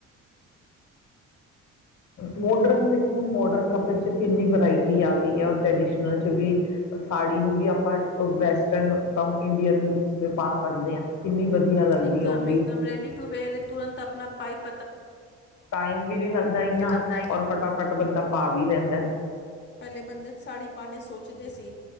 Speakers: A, on the left (about 65°); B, on the left (about 35°).
A: ਮੋਡਰਨ ਦੇਖੋ ਹੁਣ ਮੋਡਰਨ ਕੱਪੜੇ ਚ ਕਿੰਨੀ ਵਰਾਇਟੀ ਆ ਗਈ ਐ ਟ੍ਰੈਡੀਸ਼ਨਲ ਚ ਵੀ, ਸਾੜੀ ਨੂੰ ਵੀ ਆਪਾਂ ਵੈਸਟਨ ਕੰਮ ਇੰਡੀਅਨ ਲੁੱਕਸ ਪਾ ਸਕਦੇ ਆਂ ਕਿੰਨੀ ਵੀ ਵਧੀਆ ਲੱਗਦੀ
B: ਇੱਕਦਮ
A: ਹੈ ਉਹ
B: ਇੱਕਦਮ ਰੈਡੀ ਟੂ ਵੇਅਰ ਏ ਤੁਰੰਤ ਆਪਣਾ ਪਾਈਪ
A: ਟਾਈਮ ਵੀ ਨੀ ਲੱਗਦਾ ਇੰਨਾ
B: ਤੇ ਲੱਗਦਾ ਹੈ
A: ਔਰ ਫਟਾਫਟ ਬੰਦਾ ਪਾ ਵੀ ਲੈਂਦੈ।
B: ਪੈਲੇ ਬੰਦੇ ਸਾੜੀ ਪਾਣੇ ਸੋਚਦੇ ਸੀ।